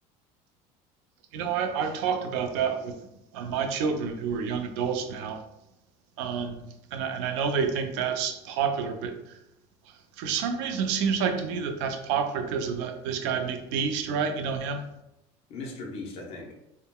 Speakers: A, on the right; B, on the left.
A: You know, I, I've talked about that with uh, my children who are young adults now. Um, and I, and I know they think that's popular, but For some reason, it seems like to me that that's popular because of that, this guy McBeast, right? You know him,
B: mr beast i think